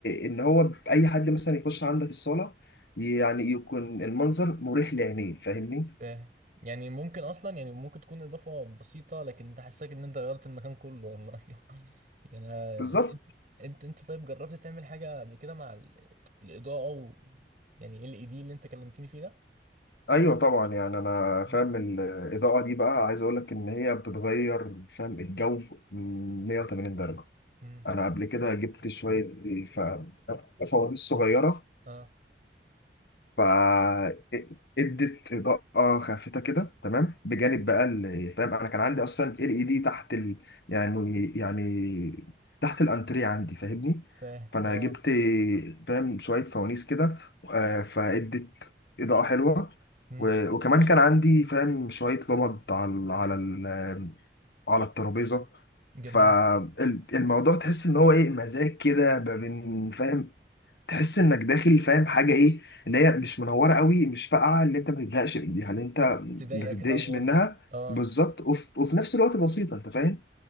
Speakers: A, on the left (about 70°); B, on the right (about 45°).
A: ان هو اي حد مثلا يخش عندك الصالة يعني يكون المنظر مريح لعينيه فاهمني
B: فاهم يعني ممكن اصلا يعني ممكن تكون اضافه بسيطه لكن تحسسك ان انت غيرت المكان كله والله <laughs> يعني أنا-
A: بالظبط
B: انت انت طيب جربت تعمل حاجه قبل كده مع ال- الاضاءه و يعني إيه ال اي دي اللي انت كلمتني فيه ده
A: ايوه طبعا يعني انا
B: مم.
A: فاهم الاضاءه دي بقى عايز اقول لك ان هي بتغير فاهم الجو 180 درجه
B: امم
A: انا قبل كده جبت شويه ف- فوانيس صغيره
B: اه
A: فادت اضاءه خافته كده تمام بجانب بقى ال- فاهم انا كان عندي اصلا ال اي دي تحت ال... يعني يعني تحت الانتريه عندي فاهمني
B: فاهم
A: فانا
B: اه
A: جبت فاهم شويه فوانيس كده آه، فادت اضاءه حلوه
B: امم
A: و... وكمان كان عندي فاهم شويه لمض على ال- على ال... على الترابيزه
B: جميل
A: فالموضوع تحس ان هو ايه مزاج كده ما بين فاهم تحس انك داخل فاهم حاجه ايه اللي
B: مم.
A: هي مش منوره قوي مش فاقعه اللي انت ما تتضايقش من- يعني انت
B: تضايقك
A: ما تتضايقش
B: الانوار
A: منها
B: دي اه
A: بالظبط وف... وفي نفس الوقت بسيطه انت فاهم